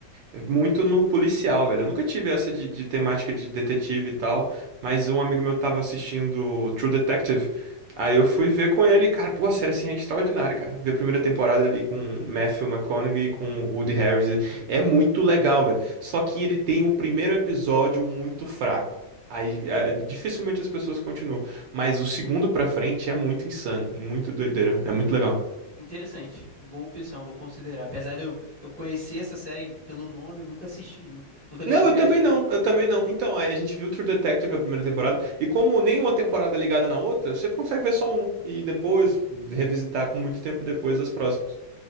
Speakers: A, on the right; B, on the left.
A: muito no policial, velho. Eu nunca tive essa de, de temática de detetive e tal, mas um amigo meu tava assistindo True Detective. Aí eu fui ver com ele, e, cara, pô, a série assim é extraordinária, cara. Ver a primeira temporada ali com Matthew McConaughey e com Woody Harrelson é muito legal, velho. Só que ele tem um primeiro episódio muito fraco. Aí eh, dificilmente as pessoas continuam, mas o segundo pra frente é muito insano e muito doideira, é muito legal.
B: Interessante, boa opção, vou considerar. Apesar de eu, eu conhecer essa série pelo nome, eu nunca assisti, nu- nunca dei
A: Não,
B: a primeira
A: eu também
B: chance.
A: não, eu também não. Então, aí a gente viu True Detective a primeira temporada, e como nenhuma temporada é ligada na outra, você consegue ver só uma, e depois revisitar com muito tempo depois as próximas.